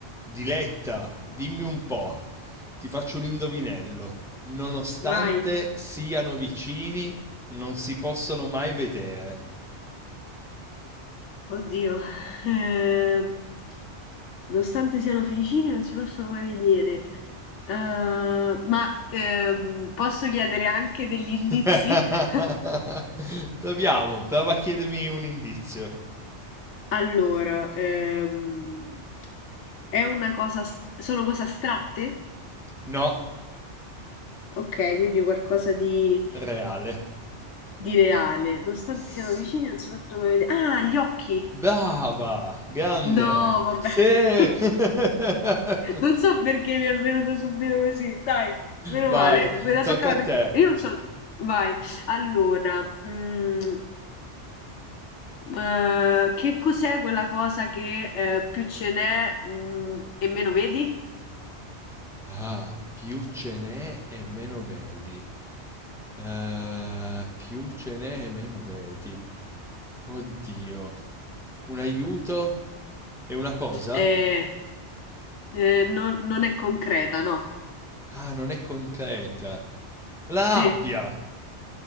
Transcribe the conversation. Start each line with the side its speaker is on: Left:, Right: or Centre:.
Centre: Diletta, dimmi un po', ti faccio un indovinello. Nonostante
Left: Vai.
Centre: siano vicini, non si possono mai vedere.
Left: Oddio. Ehm, nonostante siano vicini, non si possono mai vedere. Eh, ma ehm, posso chiedere anche degli
Centre: <laughs>
Left: indizi? <laughs>
Centre: Proviamo, prova a chiedermi un indizio.
Left: Allora, ehm, è una cosa, as- sono cose astratte?
Centre: No,
Left: Ok, quindi qualcosa di,
Centre: reale.
Left: di reale. Nonostante
Centre: Sì.
Left: siano vicini, non si possono mai vedere. Ah, gli occhi!
Centre: Brava, grande.
Left: No, vabbè.
Centre: Sì.
Left: <laughs>
Centre: <laughs>
Left: Non so perché mi è venuto subito così. Dai, meno
Centre: Vai,
Left: male, me la
Centre: tocca
Left: so cavata.
Centre: a te.
Left: Io non so. Vai. Allora, mm, eh, che cos'è quella cosa che eh, più ce n'è mm, e meno vedi?
Centre: Ah, più ce n'è e meno vedi. Eh, più ce n'è e meno vedi. Oddio. Un aiuto? È una cosa?
Left: Eh, eh, non, non è concreta, no?
Centre: Ah, non è concreta. La
Left: Sì.
Centre: rabbia!